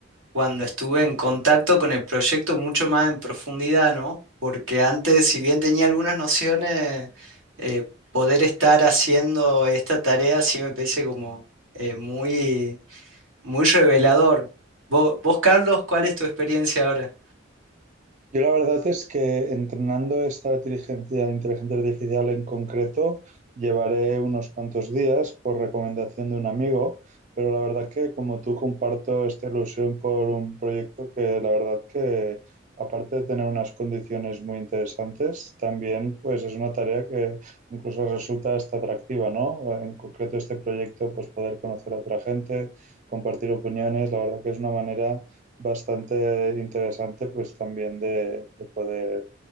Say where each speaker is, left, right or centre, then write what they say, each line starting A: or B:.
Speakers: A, on the right; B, on the right.
A: cuando estuve en contacto con el proyecto mucho más en profundidad, ¿no? Porque antes, si bien tenía algunas nociones, eh, poder estar haciendo esta tarea sí me parece como eh, muy, muy revelador. Vos, vos, Carlos, ¿cuál es tu experiencia ahora?
B: Yo la verdad es que entrenando esta inteligencia, inteligencia artificial en concreto, llevaré unos cuantos días por recomendación de un amigo, pero la verdad que como tú comparto esta ilusión por un proyecto que la verdad que aparte de tener unas condiciones muy interesantes, también pues es una tarea que incluso resulta hasta atractiva, ¿no? En concreto este proyecto, pues poder conocer a otra gente, compartir opiniones, la verdad que es una manera bastante interesante, pues también de, de poder